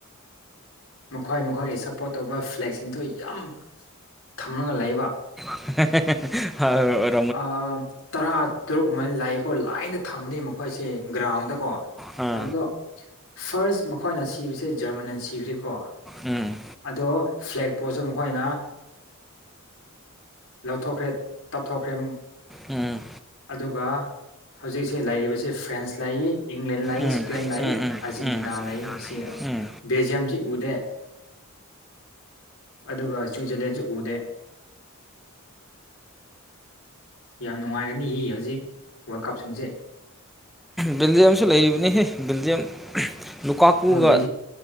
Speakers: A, on the left; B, in the centre.
A: ꯃꯈꯣꯏ ꯃꯈꯣꯏꯒꯤ ꯁꯞꯄꯣꯔꯠ ꯇꯧꯕ ꯐ꯭ꯂꯦꯛꯁꯤꯡꯗꯨ ꯌꯥꯝ ꯊꯝꯃꯒ ꯂꯩꯕ
B: <unintelligible>
A: ꯑ ꯇꯔꯥ ꯇꯔꯨꯛ ꯑꯃꯅ ꯂꯩꯌꯦꯀꯣ ꯂꯥꯏꯅ ꯊꯝꯕꯅꯤ ꯃꯈꯣꯏꯁꯦ ꯒ꯭ꯔꯥꯎꯟꯗꯀꯣ
B: ꯎꯝ
A: ꯇ ꯑꯗꯣ ꯐꯥꯔꯁ ꯃꯈꯣꯏꯅ ꯁꯤꯕꯁꯦ ꯖꯔꯃꯅ ꯁꯤꯈ꯭ꯔꯦꯀꯣ
B: ꯎꯝ
A: ꯑꯗꯣ ꯐ꯭ꯂꯦꯛ ꯄꯣꯠꯁꯨ ꯃꯈꯣꯏꯅ ꯂꯧꯊꯣꯛꯈ꯭ꯔꯦ ꯊꯣꯛꯈ꯭ꯔꯦ
B: ꯎꯝ
A: ꯑꯗꯨꯒ ꯍꯧꯖꯤꯛꯁꯤ ꯂꯩꯔꯤꯕꯁꯤ ꯐ꯭ꯔꯦꯟꯁ ꯂꯥꯛꯏ ꯏꯪꯂꯦꯟ ꯂꯥꯛꯏ
B: ꯎꯝ
A: ꯏꯁꯄꯦꯟ ꯂꯥꯛꯏ
B: ꯎꯝ
A: ꯑꯥꯔꯖꯦꯟꯇꯤꯅꯥ
B: ꯎꯝ ꯎꯝ
A: ꯂꯩ ꯃꯁꯤ
B: ꯎꯝ
A: ꯕꯦꯜꯖꯤꯌꯝꯁꯤ ꯎꯗꯦ ꯑꯗꯨꯒ ꯁ꯭ꯋꯤꯖꯔꯂꯦꯟꯁꯨ ꯎꯗꯦ ꯌꯥꯝ ꯅꯨꯡꯉꯥꯏꯒꯅꯤ ꯏ ꯍꯧꯖꯤꯛ ꯋꯥꯔꯜ ꯀꯞꯁꯤꯡꯁꯦ
B: ꯕꯤꯜꯖꯤꯌꯝꯁꯨ ꯂꯩꯔꯤꯕꯅꯤꯍꯦ ꯕꯤꯜꯖꯤꯌꯝ ꯂꯨꯀꯥ ꯀꯨꯒ
A: ꯍꯣꯏ